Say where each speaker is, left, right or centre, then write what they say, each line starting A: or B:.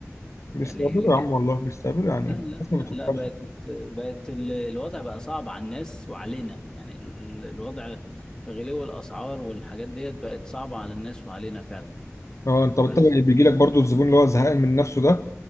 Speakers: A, on the left; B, on the left.
A: بيستقبلوا
B: يعني
A: يا عم والله بيستقبلوا يعني
B: لا
A: الناس
B: لا لا
A: ما بتفكرش
B: لا بقت بقت ال- الوضع بقى صعب على الناس وعلينا يعني ال- الوضع غلو الأسعار والحاجات ديت بقت صعبة على الناس وعلينا فعلا
A: اه انت انت
B: بس
A: بيجي لك برضه الزبون اللي هو زهقان من نفسه ده